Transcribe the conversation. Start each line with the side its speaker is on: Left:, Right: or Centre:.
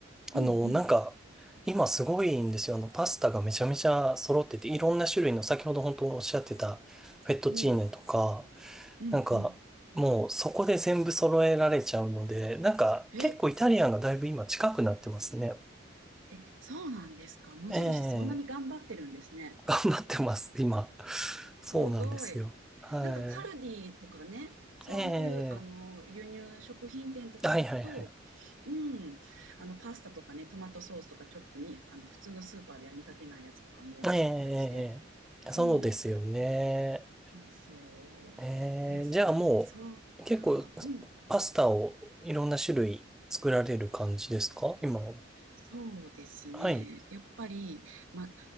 Right: うんうん。
Centre: あの、なんか、今すごいんですよ。あの、パスタがめちゃめちゃ揃ってて、いろんな種類の、先ほど本当おっしゃってた、フェットチーネとか、
Right: おう。うんうん。
Centre: なんか、もうそこで全部揃えられちゃうので、なんか、
Right: え、
Centre: 結構イタリアンがだいぶ今近くなってますね。
Right: え、そうなんですか。無印そんなに頑張ってるんですね。
Centre: ええ、<laughs> 頑張ってます、今。そうなんですよ。
Right: すごい。
Centre: はい。
Right: なんかカルディとかね、そういうあの輸入食品店とかに行くと、
Centre: ええはいはいはい。
Right: うん、あのパスタとかね、トマトソースとかちょっとに、あの普通のスーパーでは見かけないやつとかもあったりして、
Centre: ええそうですよね。
Right: うん、そうそうですね、
Centre: ええじゃあもう、
Right: そうか、
Centre: 結構、
Right: うん、
Centre: パスタをいろんな種類作られる感じですか今は。
Right: そうですね、
Centre: はい。
Right: やっぱり、ま、